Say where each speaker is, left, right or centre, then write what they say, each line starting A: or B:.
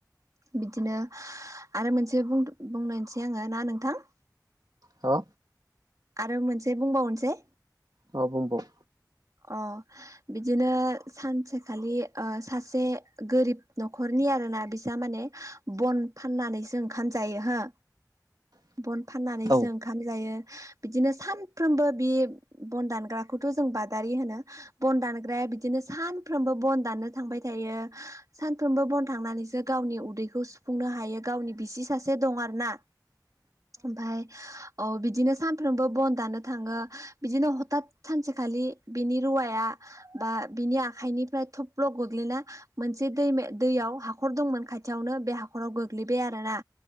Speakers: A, on the right; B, on the right.
A: बिदिनो आरो मोनसे बुंनायसै आङो ना नोंथां?
B: हा
A: आरो मोनसे बुंबावनोसै।
B: मा बुंबाव
A: अ बिदिनो सानसेखालि ओ सासे गोरिब न'खरनि आरोना बिसा माने। बन फाननानैसो ओंखाम जायो हो
B: <inaudible>
A: बन फाननानैसो
B: औ
A: ओं ओंखाम जायो बिदिनो सानफ्रोमबो बि बन दानग्राखौथ' जों बादारि होनो। बन दानग्राया बिदिनो सानफ्रोमबो बन दाननो थांबाय थायो। सानफ्रोमबो बन थांनानैसो गावनि उदैखौ सुफुंनो हायो गावनि बिसि सासे दं आर ना।
B: <inaudible>
A: ओमफाय औ बिदिनो सानफ्रोमबो बन दानो थांङो बिदिनो हथात सानसेखालि बिनि रुवाया बा बिनि आखाइनिफ्राय थब्ल' गोग्लैना मोनसे दै दैयाव हाखर दंमोन खाथियावनो बे हाखराव गोग्लैबाय आरोना